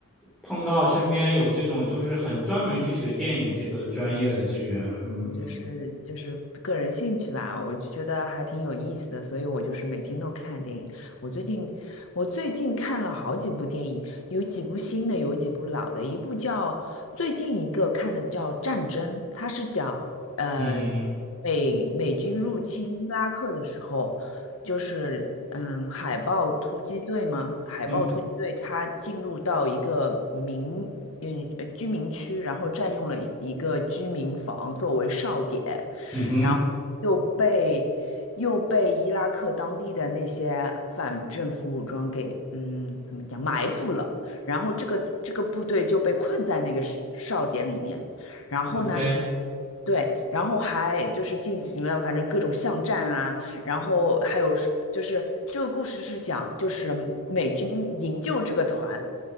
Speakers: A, in the centre; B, on the left.
A: 碰到身边有这种就是很专门去学电影这个专业的这人。嗯
B: 我就是就是个人兴趣吧，我就觉得还挺有意思的，所以我就是每天都看电影。我最近我最近看了好几部电影，有几部新的，有几部老的。一部叫最近一个看的叫《战争》，它是讲呃
A: 嗯嗯
B: 美美军入侵伊拉克的时候，就是嗯海豹突击队吗？海豹突击队它进入到一个民嗯呃居民区，
A: 嗯
B: 然后占用了一个居民房作为哨点，
A: 嗯哼
B: 然后又被又被伊拉克当地的那些反政府武装给嗯怎么讲埋伏了，然后这个这个部队就被困在那个哨哨点里面，然后呢？
A: ，OK，
B: 对，然后还就是进行了反正各种巷战啊，然后还有是就是这个故事是讲就是美军营救这个团。